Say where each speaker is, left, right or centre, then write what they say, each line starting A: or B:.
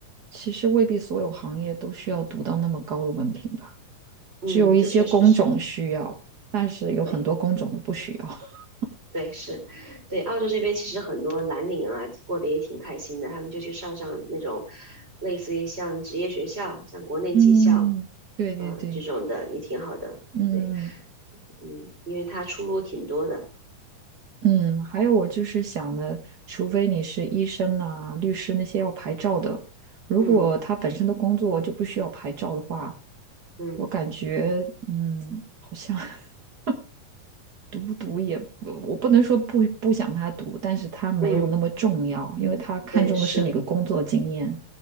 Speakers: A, on the right; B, on the right.
A: 其实未必所有行业都需要读到那么高的文凭吧，
B: 嗯，
A: 只有一些工种需要，
B: 这确实是
A: 但是有很多工种都不需要。
B: 对。
A: <laughs>
B: 对，是，对，澳洲这边其实很多蓝领啊，过得也挺开心的，他们就去上上那种类似于像职业学校，像国内技校，
A: 嗯，对对对，
B: 嗯、这种的也挺好的。
A: 嗯。
B: 对，嗯，因为他出路挺多的。
A: 嗯，还有我就是想的，除非你是医生啊、律师那些要牌照的，如果他本身的工作就不需要牌照的话，
B: 嗯嗯
A: 我感觉嗯，好像 <laughs> 读不读也，我不能说不不想他读，但是他没有那么重要，
B: 嗯，
A: 因为他看重的是你的工作经验。
B: 对，是，